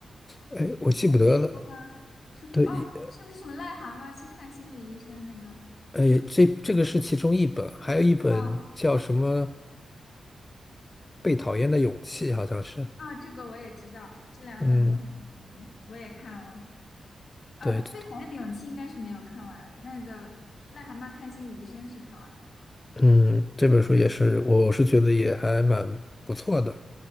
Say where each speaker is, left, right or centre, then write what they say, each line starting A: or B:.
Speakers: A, on the left (about 30°); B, on the left (about 65°).
A: 哎，我记不得了。
B: 是工具书吗？是工哦，
A: 对，一
B: 是不是什么癞蛤蟆去看心理医生那个？
A: 哎，这这个是其中一本，还有一本叫什么
B: 啊
A: 《被讨厌的勇气》，好像是。
B: 啊，这个我也知道，这两本都很有名，
A: 嗯，
B: 我也看了。啊，
A: 对，
B: 被讨厌的勇气应该是没有看完，那个癞蛤蟆看心理医生是看完了。
A: 嗯，这本书也是，我是觉得也还蛮不错的。